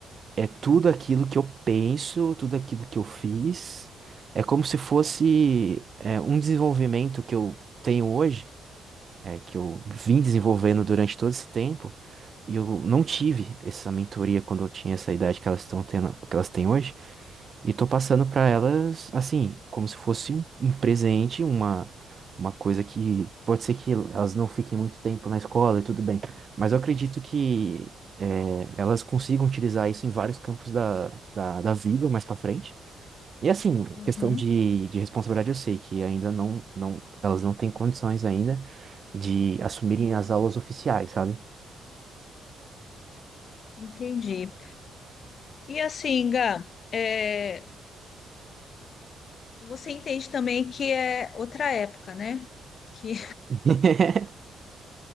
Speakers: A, on the right (about 45°); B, on the left (about 55°).
A: é tudo aquilo que eu penso, tudo aquilo que eu fiz. É como se fosse é, um desenvolvimento que eu tenho hoje é, que eu vim desenvolvendo durante todo esse tempo, e eu não tive essa mentoria quando eu tinha essa idade que elas estão tendo, que elas têm hoje, e tô passando para elas, assim, como se fosse um um presente, uma, uma coisa que pode ser que elas não fiquem muito tempo na escola e tudo bem, mas eu acredito que é, elas consigam utilizar isso em vários campos da, da, da vida mais para frente. E assim,
B: Uhum,
A: questão de, de responsabilidade, eu sei que ainda não, não, elas não têm condições ainda de assumirem as aulas oficiais, sabe?
B: entendi. E assim, Gá, é, você entende também que é outra época, né? Que
A: <laughs>